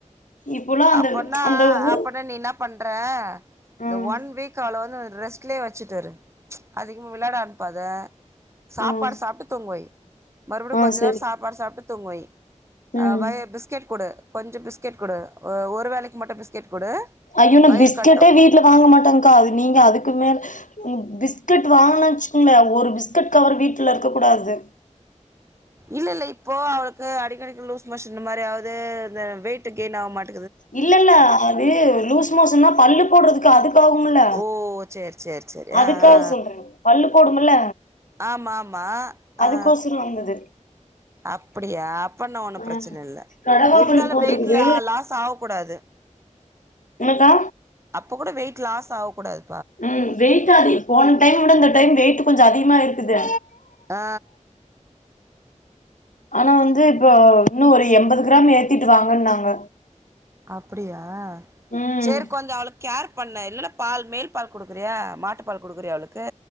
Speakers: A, on the left; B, on the right.
A: இப்பல்லா அந்த
B: அப்பன்னா
A: அந்த ஊ
B: அப்பன்னா நீ என்னா பண்ற இந்த
A: ம்
B: ஒன் வீக் அவ்ள வந்து ரெஸ்ட் க்லே வச்சுட் இரு அதிகமாக விளையாட அனுப்பாத சாப்பாடு
A: ம்
B: சாப்ட்டு தூங்வை மறுப்டியு
A: ஆ
B: கொஞ்சோ
A: சரி
B: நேரோ சாப்பாடு சாப்ட்டு தூங்வை
A: ம்
B: அ வை பிஸ்கெட் குடு கொஞ்ச பிஸ்கெட் குடு ஒரு வேலைக்கு மட்டு பிஸ்க் கேட் போடு
A: ஐயோ நா
B: வயிர்
A: பிஸ்கெட்டே
B: கட்டு
A: வீட்ல வாங்க மாட்டங்க்கா அது நீங்க அதுக்கு மேல பிஸ்கெட் வாங்க இல்ல ஒரு பிஸ்கட் கவர் வீட்ல இருக்கக் கூடாது
B: இல்ல இல்ல இப்போ அவுளுக்கு அடிக்கடிக்க லூஸ் மோஷன் மாரியாவது இந்த வெயிட் கெயின் ஆவ் மாட்
A: இல்லல்ல அது லூஸ் மோசன்னா பல்லு போட்றதுக்கு அதுக்கு ஆகும்ல
B: ஓ சேரி சேரி சேரி
A: அதுக்காக
B: ஆ ஆ
A: சொல்ற பல்லு போடும்ல
B: ஆமா ஆமா
A: அதுக்கோசரோ
B: ஆ
A: வந்தது
B: அப்படியா அப்பன்னா ஒண்ணு
A: ஆ
B: பிரச்சன இல்ல
A: கடவா
B: இருந்தாலு
A: பல்லு போட்ருக்குது
B: வெயிட்ல லாஸ் ஆவ கூடாது
A: என்னக்கா
B: அப்ப கூட வெய்ட் லாஸ் ஆவக் கூடாது
A: ம் வெயிட்டாக் போன டைம் ஓட இந்த டைம் வெய்ட்டு கொஞ்சோ அதிகமாயிருக்குது
B: ஆ
A: ஆனா வந்து இப்போ இன்னு ஒரு எம்பது கிராம் ஏத்திட்டு வாங்கன்னாங்க
B: அப்டியா
A: ம்
B: செரி கொஞ்சோ அவளுக் கேர் பண்ணு இல்லன்னா பால் மேல் பால் குடுக்குறியா மாட்டு பால் குடுக்குறியா அவளுக்கு